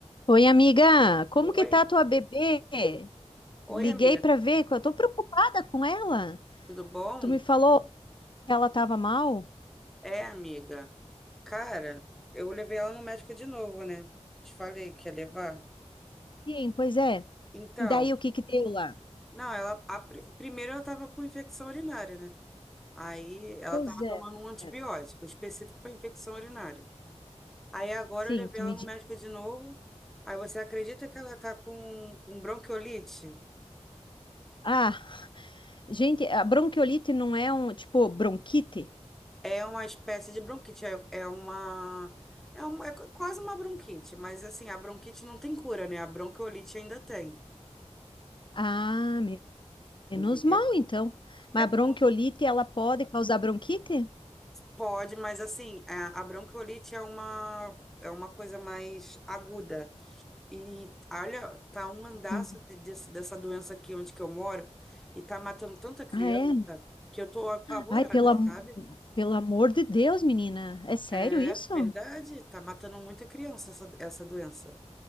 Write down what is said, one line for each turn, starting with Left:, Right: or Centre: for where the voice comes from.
Left: Oi, amiga, como
Centre: Oi,
Left: que tá a tua bebê?
Centre: oi,
Left: Liguei
Centre: amiga,
Left: pra ver, que eu tô preocupada com ela.
Centre: tudo bom?
Left: Tu me falou que ela tava mal?
Centre: É, amiga. Cara, eu levei ela no médico de novo, né? Te falei que ia levar.
Left: Sim, pois é.
Centre: Então,
Left: E daí o que que deu lá?
Centre: não, ela a pri- primeiro ela tava com infecção urinária, né? Aí ela
Left: Pois
Centre: tava
Left: é.
Centre: tomando um antibiótico
Left: É.
Centre: específico para infecção urinária. Aí agora
Left: Sim,
Centre: eu levei
Left: tu
Centre: ela
Left: me
Centre: no
Left: diz.
Centre: médico de novo. Aí você acredita que ela tá com, com bronquiolite?
Left: Ah, gente, a bronquiolite não é um, tipo, bronquite?
Centre: É uma espécie de bronquite, é, é uma. É, um, é qu- quase uma bronquite, mas assim, a bronquite não tem cura, né? A bronquiolite ainda tem,
Left: Ah, me- menos
Centre: entendeu?
Left: mal então. Mas
Centre: É,
Left: a
Centre: com-
Left: bronquiolite, ela pode causar bronquite?
Centre: pode, mas assim, a, a bronquiolite é uma, é uma coisa mais aguda. E olha, tá um andaço
Left: Hum.
Centre: de- desse- dessa doença aqui onde que eu moro, e tá matando tanta criança
Left: Ah, é?
Centre: que eu tô apavorada,
Left: Ai, pelo, am-
Centre: sabe?
Left: pelo amor de Deus, menina, é sério
Centre: É
Left: isso?
Centre: verdade, tá matando muita criança essa, essa doença.